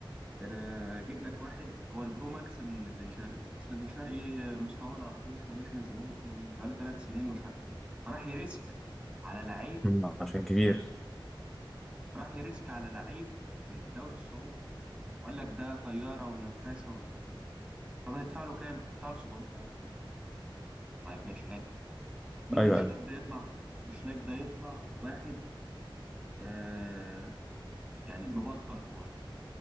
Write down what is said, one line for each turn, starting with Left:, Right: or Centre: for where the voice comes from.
Right: ده انا اجيب لك واحد هو البرو ماكس من بن شرقي اصل بن شرقي مستواه ما نعرفوش هو ماشي من الزمالك من بقاله ثلاث سنين ومش عارف ايه فراح يريسك على لعيب
Centre: مم. عشان كبير
Right: راح يريسك على لعيب في الدوري السعودي وقال لك ده طياره ونفاسه ومش عارف ايه طب هتدفع له كام هتدفع له 700000 دولار طيب ماشي هاته مين
Centre: ايوه
Right: مش
Centre: ايوه
Right: لاك ده يطلع مش لاك ده يطلع واحد آه يعني مبطل كوره